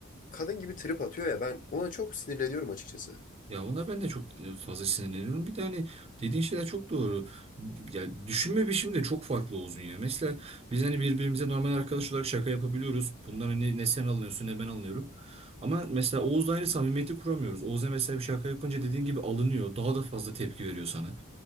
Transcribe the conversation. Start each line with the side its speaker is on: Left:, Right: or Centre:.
Left: kadın gibi trip atıyor ya ben ona çok sinirleniyorum açıkçası.
Right: Ya ona ben de çok e, fazla sinirleniyorum. Bir de hani dediğin şeyler çok doğru. Ya düşünme biçimi de çok farklı Oğuz'un ya. Mesela biz hani birbirimize normal arkadaş olarak şaka yapabiliyoruz. Bundan hani ne sen alınıyorsun ne ben alınıyorum. Ama mesela Oğuz'la aynı samimiyeti kuramıyoruz. Oğuz'a mesela bir şaka yapınca dediğin gibi alınıyor. Daha da fazla tepki veriyor sana.